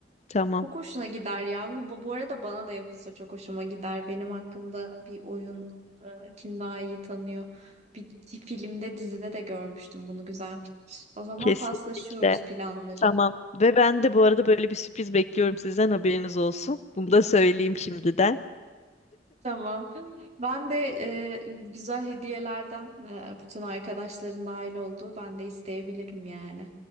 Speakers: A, on the left (about 40°); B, on the right (about 40°).
A: Tamam.
B: Çok hoşuna gider ya. Bu, bu bu arada bana da yapılsa çok hoşuma gider. Benim hakkında bir oyun e, kim daha iyi tanıyor. Bir filmde, dizide de görmüştüm bunu. Güzel fikir. O zaman
A: Kesinlikle.
B: paslaşıyoruz planları.
A: Tamam. Ve ben de bu arada böyle bir sürpriz bekliyorum sizden haberiniz olsun. Bunu da söyleyeyim şimdiden.
B: Tamam. Ben de e, güzel hediyelerden e, bütün arkadaşların dahil olduğu ben de isteyebilirim yani.